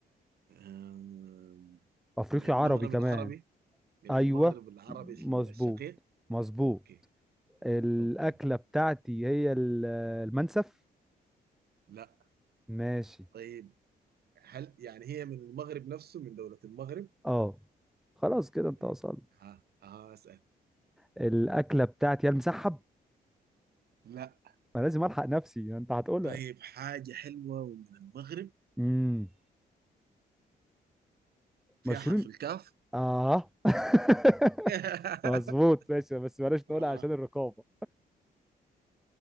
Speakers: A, on the right; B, in the centre.
A: آم،
B: أفريقي
A: من المغرب
B: عربي كمان
A: العربي من
B: أيوة
A: المغرب العربي
B: مظبوط
A: الشقيق
B: مظبوط
A: أوكي
B: الأكلة
A: أوكي
B: بتاعتي هي ال- المنسف
A: لا
B: ماشي
A: طيب هل يعني هي من المغرب نفسه من دولة المغرب
B: آه خلاص كده أنت
A: طيب
B: وصلت
A: ها ها اسأل
B: الأكلة بتاعتي هي المسحب
A: لا
B: ما لازم ألحق نفسي أنت هتقولها
A: طيب حاجة حلوة ومن المغرب
B: امم
A: فيها
B: مشهورين
A: حرف الكاف
B: اه <laughs>
A: <laughs>
B: مظبوط ماشي بس بلاش
A: آه.
B: نقولها عشان الرقابة